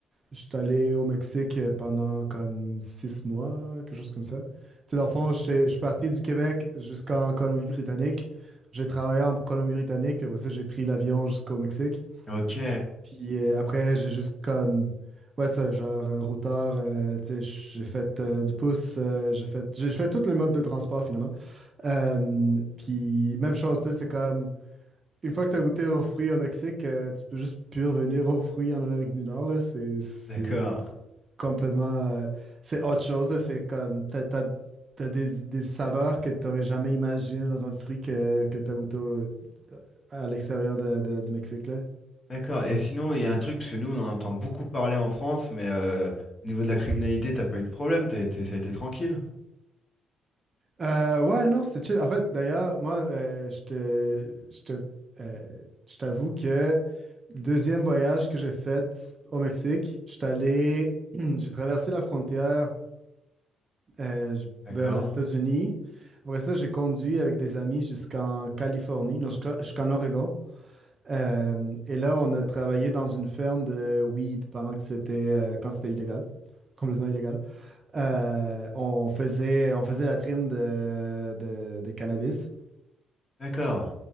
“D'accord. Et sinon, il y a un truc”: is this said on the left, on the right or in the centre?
Left